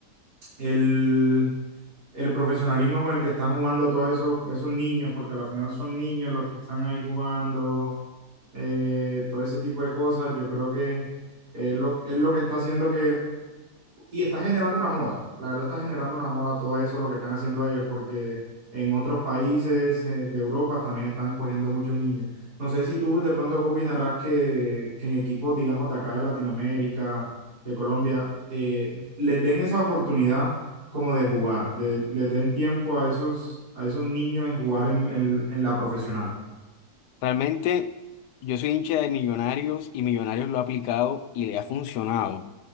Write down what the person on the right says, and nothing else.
el... el profesionalismo con el que están jugando todos esos, esos niños, porque al final son niños los que están ahí jugando, eh, todo ese tipo de cosas, yo creo que es lo, es lo que está haciendo que y está generando una moda. La verdad está generando una moda todo eso, lo que están haciendo ellos, porque en otros países eh, de Europa también están cogiendo muchos niños. No sé si tú de pronto qué opinarás que, que en equipos, digamos, de acá de Latinoamérica, de Colombia, eh, les den esa oportunidad como de jugar, de, les den tiempo a esos, a esos niños en jugar en, en, en la profesional.